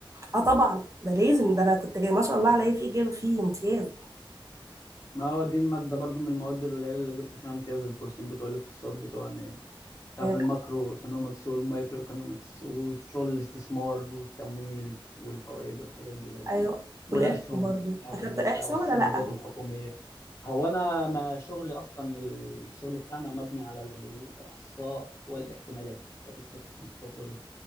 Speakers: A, on the right; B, on the left.
A: اه طبعا ده لازم ده انا كنت جاي ما شاء الله عليا فيه جايبه فيه امتياز
B: ما هو دي المادة برضو من المواد القليلة اللي جبت فيها امتياز الكورسين بتوع الاقتصاد بتوعنا مش عارف
A: آه،
B: الماكرو ايكونومكس والمايكرو ايكونومكس وشغل الاستثمار والتمويل والفوائد والحاجات دي برضه
A: ايوه
B: والاسهم
A: والاحصاء برضو
B: بتاعت
A: اخدت
B: ال-
A: احصاء
B: بتاع والسندات
A: ولا لا
B: الحكوميه هو انا ما شغلي اصلا الشغل بتاعنا مبني على الاحصاء والاحتمالات statistics and probability